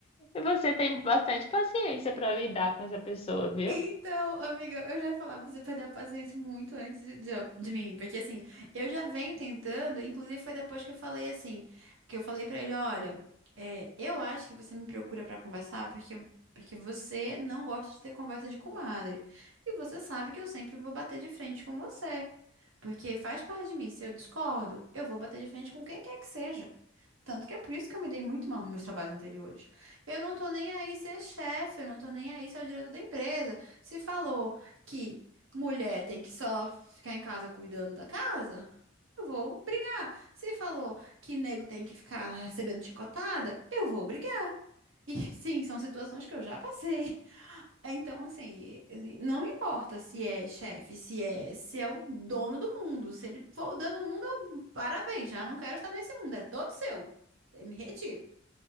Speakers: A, on the left (about 30°); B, on the right (about 80°).
A: você tem bastante paciência para lidar com essa pessoa, viu?
B: Então, amiga, eu já ia falar pra você perder a paciência muito antes de, de- de mim, porque assim, eu já venho tentando, inclusive foi depois que eu falei assim, que eu falei pra ele, olha, é, eu acho que você me procura pra conversar porque porque você não gosta de ter conversa de comadre. E você sabe que eu sempre vou bater de frente com você, porque faz parte de mim, se eu discordo, eu vou bater de frente com quem quer que seja. Tanto que é por isso que eu me dei muito mal nos meus trabalhos anteriores. Eu não tô nem aí se é chefe, eu não tô nem aí se é o diretor da empresa. Se falou que mulher tem que só ficar em casa cuidando da casa, eu vou brigar. Se falou que nego tem que ficar recebendo chicotada, eu vou brigar. E <laughs> sim, são situações que eu já passei. É, Então, assim, não importa se é chefe, se é, se é o dono do mundo, se ele for o dono do mundo, eu- parabéns, já não quero estar nesse mundo, é todo seu. Eu me retiro.